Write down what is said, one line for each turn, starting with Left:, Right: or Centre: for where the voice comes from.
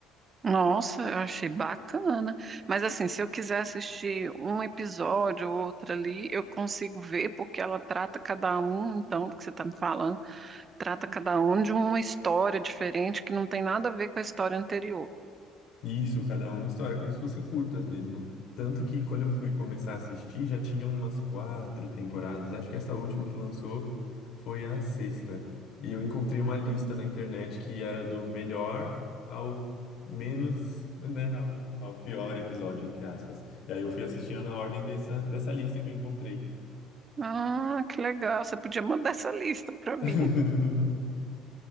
Right: Nossa, eu achei bacana. Mas assim, se eu quiser assistir um episódio ou outro ali, eu consigo ver, porque ela trata cada um, então, porque você está me falando, trata cada um de uma história diferente que não tem nada a ver com a história anterior.
Left: Isso, cada uma história, como se fossem curtas mesmo. Tanto que quando eu fui começar a assistir, já tinham umas quatro temporadas. Acho que essa última que lançou foi a sexta. E eu encontrei uma lista na internet que era do melhor ao menos, <laughs> né, ao, ao pior episódio, entre aspas. E aí eu fui assistindo na ordem dessa, dessa lista que eu encontrei.
Right: Ah, que legal. Você podia mandar essa lista para mim.
Left: <laughs>